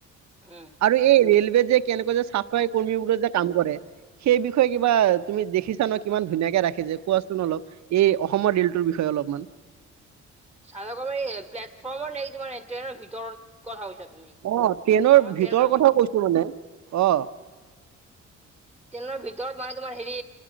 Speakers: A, in the centre; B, on the right (about 65°).
A: উম
B: আৰু এই ৰেলৱে যে, কেনেকুৱা যে চাফাই কৰ্মী বোৰে যে কাম কৰে। সেই বিষয়ে কিবা তুমি দেখিছা ন কিমান ধুনীয়াকে ৰাখে যে, কোৱাচোন অলপ। এই অসমৰ ৰেলটোৰ বিষয়ে অলপমান।
A: চাফাই কৰ্মী, এই প্লেটফৰ্মৰ নেকি তোমাৰ ট্ৰেইনৰ ভিতৰত কথা কৈছা তুমি
B: অ'ট্ৰেইনৰ
A: কাৰণ মই
B: ভিতৰ
A: ট্ৰেইনৰ
B: কথা কৈছোঁ মানে, অ।
A: ট্ৰেনৰ ভিতৰত মানে তোমাৰ হেৰি,